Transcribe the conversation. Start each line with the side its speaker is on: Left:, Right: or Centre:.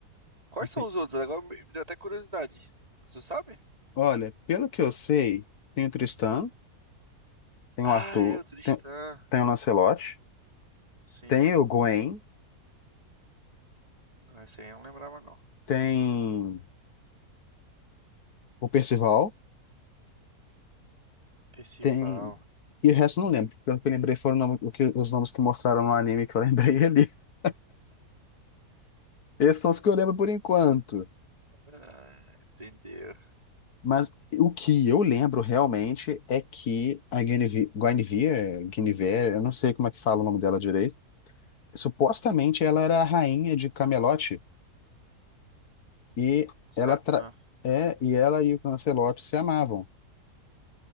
Right: Quais
Left: Ente-
Right: são os outros? Agora me, me deu até curiosidade. Tu sabe?
Left: Olha, pelo que eu sei, tem o Tristan, tem
Right: Ah,
Left: o Arthur,
Right: é o Tristan.
Left: tem, tem o Lancelot,
Right: Sim,
Left: tem o Gwen,
Right: não, esse aí eu não lembrava não.
Left: tem o Percival,
Right: Percival.
Left: tem. E o resto eu não lembro. Pelo que eu lembrei foram o nome- o que- os nomes que mostraram no anime que eu lembrei ali. <laughs> Esses são os que eu lembro por enquanto.
Right: Ah, entendeu.
Left: Mas o que eu lembro realmente é que a Guinevere, Guinevere, Guinevere, eu não sei como é que fala o nome dela direito, supostamente ela era a rainha de Camelot e
Right: Sa-
Left: ela tra-
Right: Ah,
Left: é e ela e o Lancelot se amavam.